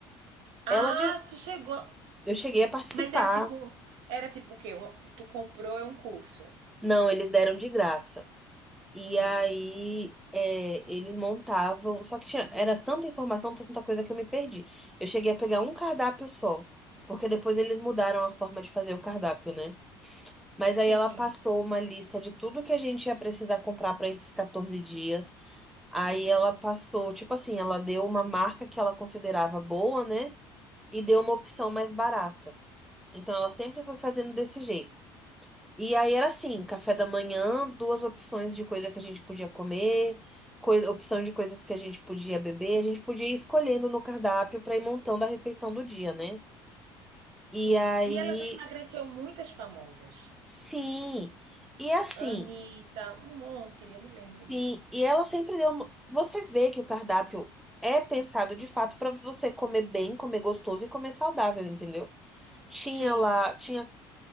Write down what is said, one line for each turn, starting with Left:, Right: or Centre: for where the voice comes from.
Right: Ah,
Centre: Ela de.
Right: tu chegou.
Centre: Eu cheguei a participar.
Right: Mas era tipo um. Era tipo o quê? Um- tu comprou é um curso.
Centre: Não, eles deram de graça. E
Right: Hum.
Centre: aí, é, eles montavam. Só que tinha, era tanta informação, tanta coisa que eu me perdi. Eu cheguei a pegar um cardápio só. Porque depois eles mudaram a forma de fazer o cardápio, né? Mas
Right: Sim,
Centre: aí ela passou uma lista de tudo que a gente ia precisar comprar para esses 14 dias. Aí ela passou, tipo assim, ela deu uma marca que ela considerava boa, né? E deu uma opção mais barata. Então ela sempre foi fazendo desse jeito. E aí era assim, café da manhã, duas opções de coisa que a gente podia comer, coisa, opção de coisas que a gente podia beber, a gente podia ir escolhendo no cardápio para ir montando a refeição do dia, né?
Right: sim.
Centre: E aí,
Right: E ela já emagreceu muitas famosas.
Centre: sim. E assim,
Right: Anitta, um monte, eu me lembro
Centre: sim,
Right: disso.
Centre: e ela sempre deu, uma- você vê que o cardápio é pensado de fato para você comer bem, comer gostoso e comer saudável, entendeu? Tinha
Right: Sim.
Centre: lá, tinha